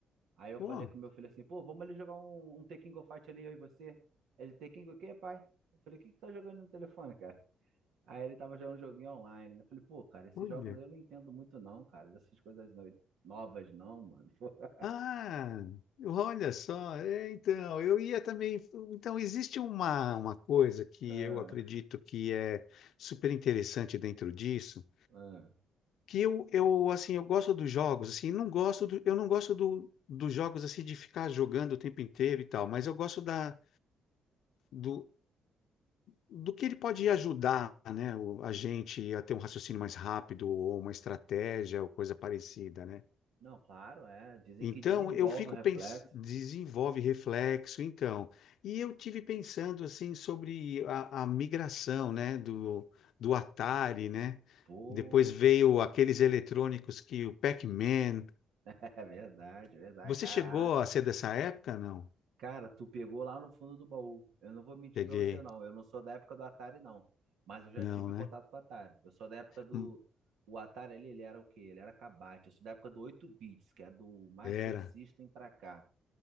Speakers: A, on the right; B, on the left.
A: Aí eu
B: Pô,
A: falei com meu filho assim, pô, vamos ali jogar um, um Tekken Go Fight ali, eu e você. Ele, Tekken Go o quê, pai? Eu falei, o que que tá jogando no telefone, cara? Aí ele tava jogando um joguinho online. né? Eu falei, pô, cara, esses
B: olha.
A: jogos aí eu não entendo muito não, cara. Dessas coisas no- novas não, mano. <laughs>
B: Ah, olha só, é, então, eu ia também. Então, existe uma, uma coisa que
A: Ah,
B: eu acredito que é super interessante dentro disso,
A: ah.
B: que eu, eu assim, eu gosto dos jogos, assim, não gosto do, eu não gosto do, dos jogos assim de ficar jogando o tempo inteiro e tal, mas eu gosto da, do, do que ele pode ajudar, né, o- a gente a ter um raciocínio mais rápido ou uma estratégia ou coisa parecida, né?
A: Não, claro, é. Dizem
B: Então,
A: que desenvolve
B: eu fico
A: o reflexo.
B: pensando, desenvolve reflexo, então. E eu tive pensando assim sobre a, a migração, né, do, do Atari, né?
A: Pô,
B: Depois veio aqueles eletrônicos que o Pac-Man.
A: <laughs> é verdade, é verdade.
B: Você
A: Caraca.
B: chegou a ser dessa época? Não.
A: Cara, tu pegou lá no fundo do baú. Eu não vou mentir
B: Peguei.
A: pra você, não. Eu não sou da época do Atari, não. Mas eu já
B: Não,
A: tive
B: né?
A: contato com o Atari. Eu sou da época do.
B: Hum,
A: O Atari ali, ele era o quê? Ele era cabate. Eu sou da época do 8 bits, que é do Master
B: Era,
A: System pra cá,